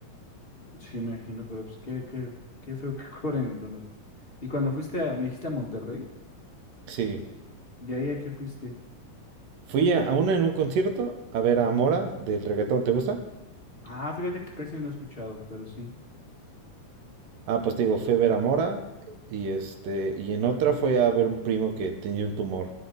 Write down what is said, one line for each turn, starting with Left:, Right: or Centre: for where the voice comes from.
Left: Sí, me imagino, pero pues qué, qué, qué feo que <laughs> cobran en dólares. Y cuando fuiste a, me dijiste a Monterrey,
Right: Sí.
Left: ¿y ahí a qué fuiste?
Right: Fui a, a una en un concierto a ver a Mora del reggaetón, ¿te gusta?
Left: Ah, fíjate que casi no he escuchado, pero sí.
Right: Ah, pues te digo, fui a ver a Mora y este, y en otra fue a ver un primo que tenía un tumor,